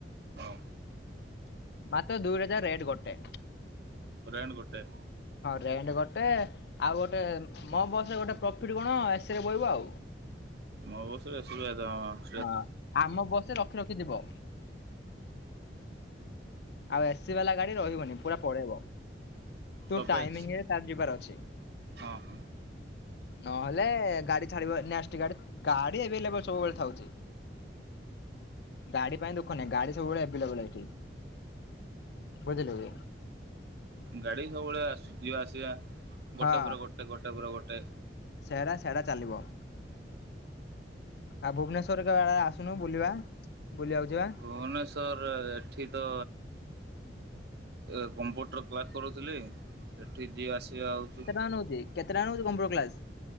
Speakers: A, on the right (about 65°); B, on the left (about 65°).
A: ହଁ
B: ମାତ ଦୁଇ ହଜାର ରେଟ ଗୋଟେ
A: ରେଣ୍ଟ ଗୋଟେ
B: ହଁ ରେଣ୍ଟ ଗୋଟେ ଆଉ ଗୋଟେ ମୋ ବସରେ ଗୋଟେ ପ୍ରଫିଟ କଣ ଏସ ରେ ବଇବ ଆଉ।
A: ମୋ ବସରେ ଏସି କେତ ଅଁ
B: ହଁ ଆମ ବସ ରଖି ରଖି ଯିବ। ଆଉ ଏସି ବାଲା ଗାଡି ରହିବନି ପୁରା ପଳେଇବ ତୁ
A: ସତେଜ
B: ଟାଇମିଙ୍ଗିରେ ତାର ଯିବାର ଅଛି।
A: ହଁ ହଁ
B: ନହେଲେ ଗାଡି ଛାଡିବ ନେକ୍ସଟେ ଗାଡି ଗାଡି ଏଭେଲେବଲୁ ସବୁବେଳେ ଥାଉଛି। ଗାଡି ପାଇଁ ଦୁଃଖ ନାହିଁ ଗାଡି ସବୁବେଳେ ଆଭେଲେବଲୁ ଏଇଠି। ବୁଝିଲୁକି?
A: ଗାଡି ସବୁବେଳେ ଆସୁଚି ଯିବା ଆସିବା
B: ହଁ।
A: ଗୋଟେ ପରେ ଗୋଟେ ଗୋଟେ ପରେ ଗୋଟେ
B: ସେରା ସେରା ଚାଲିବ। ଆ ଭୁବନେଶ୍ଵର କା ଆସୁନୁ ବୁଲିବା ବୁଲିବାକୁ ଯିବା?
A: ଭୁବନେଶ୍ୱର ଏଠି ତ ଏ କମ୍ପ୍ୟୁଟର କ୍ଲାସ କରୁଥିଲି ଏଠି ଯିଏ ଆସିବେ ଆଉଚୁ
B: ଖାନ ହଉଚି। କେତେଟା ଆଳୁ କମ୍ପ୍ୟୁଟର୍ କ୍ଲାସ?